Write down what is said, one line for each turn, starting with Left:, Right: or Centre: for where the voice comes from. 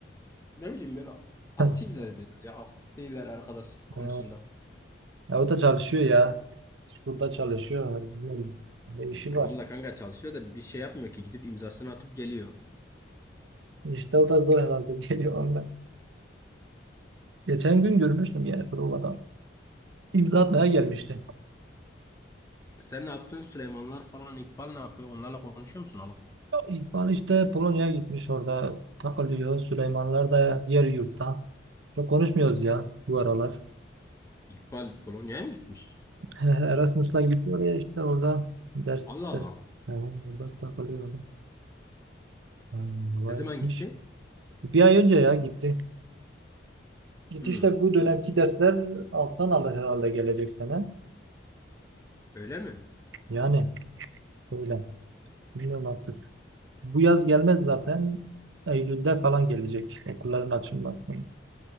Left: ne bileyim böyle pasifler
Right: <laughs>
Left: biraz ya aktif değiller arkadaşlık konusunda.
Right: Ha. Ya o da çalışıyor ya. School'da çalışıyor. Bilmiyorum. Bir işi
Left: Tamam
Right: var.
Left: da kanka çalışıyor da bir şey yapmıyor ki gidip imzasını atıp geliyor.
Right: İşte o da zor herhalde <laughs> geliyor onda. Geçen gün görmüştüm yani provada. İmza atmaya gelmişti.
Left: Sen ne yaptın? Süleymanlar falan İkbal ne yapıyor? Onlarla konuşuyor musun oğlum?
Right: İkbal işte Polonya'ya gitmiş orada takılıyor. Süleymanlar da diğer yurtta. Çok konuşmuyoruz ya bu aralar.
Left: İkbal Polonya'ya mı gitmiş?
Right: He, Erasmus'la gidiyor ya işte orada ders
Left: Allah Allah.
Right: ders yani burada takılıyor adam. Hmm, vay
Left: Ne zaman
Right: gitmiş.
Left: gitti?
Right: Bir ay önce ya gitti. Gitti
Left: Hmm,
Right: işte bu dönemki dersler alttan alır herhalde gelecek sene.
Left: öyle mi?
Right: Yani öyle. Bilmiyorum artık. Bu yaz gelmez zaten. Eylül'de falan gelecek. Okulların açılması.